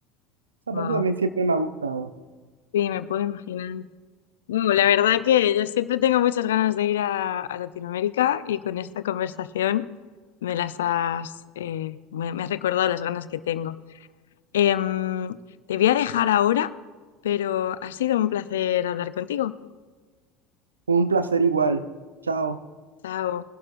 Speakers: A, on the right; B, on the left.
A: Esa
B: Wow.
A: parte también siempre me ha gustado.
B: Sí, me puedo imaginar. Bueno, la verdad que yo siempre tengo muchas ganas de ir a, a Latinoamérica y con esta conversación me las has, eh, me me has recordado las ganas que tengo. Em, te voy a dejar ahora, pero ha sido un placer hablar contigo.
A: Fue un placer igual. Chao.
B: Chao.